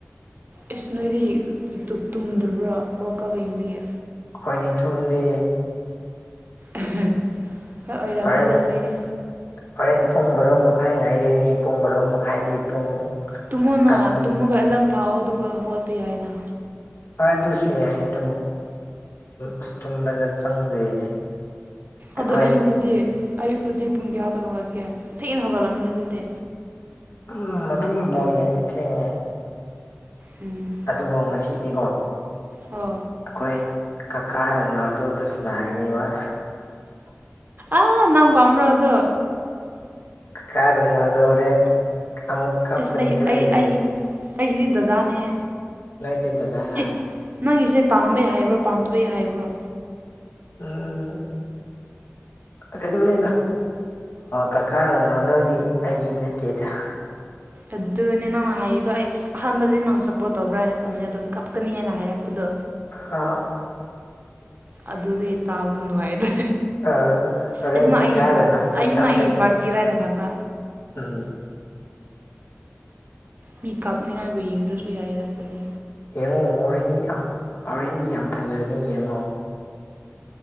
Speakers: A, on the right; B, on the left.
A: ꯑꯦꯁ ꯅꯣꯏꯗꯤ ꯇꯨꯝꯗ꯭ꯔꯤꯕ꯭ꯔꯥ ꯋꯥꯛ ꯑꯥꯎꯞ ꯌꯦꯡꯕꯤꯒꯦ
B: ꯑꯩꯈꯣꯏꯅꯤ ꯇꯨꯝꯗꯤ
A: ꯍꯣꯏ ꯑꯣꯏꯔꯕꯝꯅꯤꯗ
B: ꯍꯣꯔꯦꯟ
A: ꯅꯣꯏꯗꯤ
B: ꯍꯣꯔꯦꯟ ꯄꯨꯡ ꯔꯣ ꯃꯈꯥꯏ ꯉꯥꯏꯗꯣꯏꯅꯤ ꯄꯨꯡ ꯕꯔꯣ ꯃꯈꯥꯏꯗꯤ ꯄꯨꯡ
A: ꯇꯨꯃꯣꯅ
B: ꯑꯅꯤ
A: ꯇꯨꯃꯒ ꯑꯦꯂꯥꯔꯝ ꯊꯥꯛꯑꯣ ꯑꯗꯨꯒ ꯍꯧꯒꯠꯄꯤ ꯍꯥꯏꯏ ꯍꯥꯏꯅ
B: ꯍꯣꯏ ꯑꯗꯨꯁꯨ ꯌꯥꯏ ꯑꯗꯨꯕꯨ ꯑꯁ ꯇꯨꯝꯕꯗ ꯆꯪꯗ꯭ꯔꯤꯅꯦ ꯑꯩꯈꯣꯏ
A: ꯑꯗ ꯑꯌꯨꯛꯇꯨꯗꯤ ꯑꯌꯨꯛꯇꯨꯗꯤ ꯄꯨꯡ ꯀꯌꯥꯗ ꯍꯧꯒꯠꯀꯦ ꯊꯦꯡꯅ ꯍꯧꯒꯠꯂꯝꯅꯤ ꯑꯗꯨꯗꯤ
B: ꯎꯝ ꯑꯗꯨꯝ ꯐꯣꯅꯤ ꯂꯩꯆꯉ
A: ꯎꯝ
B: ꯑꯗꯨꯕꯨ ꯉꯁꯤꯗꯤꯀꯣ
A: ꯍ
B: ꯑꯩꯈꯣꯏ ꯀꯀꯥꯔꯅ ꯑꯗꯨꯗ ꯁꯅꯥꯒꯅꯤꯕ
A: ꯑꯥ ꯅꯪ ꯄꯥꯝꯕ꯭ꯔꯣ ꯑꯗꯣ
B: ꯀꯔ ꯅ ꯑꯗꯔꯦꯟ ꯑꯃꯃꯨꯛ ꯀꯞ
A: ꯑꯁ
B: ꯀꯅꯤꯤꯁ
A: ꯑꯩ ꯑꯩ
B: ꯍꯣꯏꯗ꯭ꯔꯤ
A: ꯑꯩꯒꯤ ꯑꯩꯒꯤꯗꯤ ꯗꯗꯥꯅꯦꯍꯦ
B: ꯅꯩꯗꯗ ꯦꯔ
A: ꯑꯦ ꯅꯪꯒꯤꯁꯦ ꯄꯥꯝꯕꯩ ꯍꯥꯏꯕ꯭ꯔꯣ ꯄꯥꯝꯗꯕꯩ ꯍꯥꯏꯕ꯭ꯔꯣ
B: ꯑ ꯀꯩꯅꯣꯅꯤꯅ ꯀꯀꯥꯅꯣꯅꯥꯗꯗꯤ ꯑꯩꯒꯤ ꯅꯠꯇꯦꯗ
A: ꯑꯗꯨꯅꯦ ꯅꯪꯅ ꯍꯥꯏꯗꯣ ꯑꯩ ꯑꯍꯥꯟꯕꯗ ꯅꯪ ꯁꯞꯄꯣꯔ ꯇꯧꯕ꯭ꯔꯥ ꯍꯥꯏꯅ ꯈꯜꯕꯅꯤ ꯑꯗꯣ ꯀꯞꯀꯅꯤ ꯍꯥꯏꯅ ꯍꯥꯏꯔꯛꯄꯗꯣ
B: ꯑ
A: ꯑꯗꯨꯗꯤ ꯑꯩ ꯇꯥꯕꯗꯣ ꯅꯨꯡꯉꯥꯏꯗ꯭ꯔꯦ
B: ꯑꯥ ꯍꯣꯔꯦꯟ
A: ꯑꯩꯅ
B: ꯀꯀꯥ
A: ꯑꯩꯒꯤ
B: ꯔꯣꯅꯥꯜꯗꯣ
A: ꯑꯩꯁꯤꯅ
B: ꯀꯞꯀꯅꯤ
A: ꯑꯩ ꯄꯔ ꯇꯤꯔꯥꯏꯅ ꯈꯟꯕ
B: ꯎꯝ
A: ꯃꯤ ꯀꯥꯞꯅꯤꯡꯉꯥꯏꯕꯨ ꯌꯦꯡꯗ꯭ꯔꯁꯨ ꯌꯥꯏꯌꯦ ꯂꯥꯛꯄꯗꯤ
B: ꯌꯦꯡꯉꯣ ꯍꯣꯔꯦꯟꯗꯤ ꯌꯥꯝ ꯍꯣꯔꯦꯟꯗꯤ ꯌꯥꯝ ꯐꯖꯕꯅꯤ ꯌꯦꯡꯉꯣ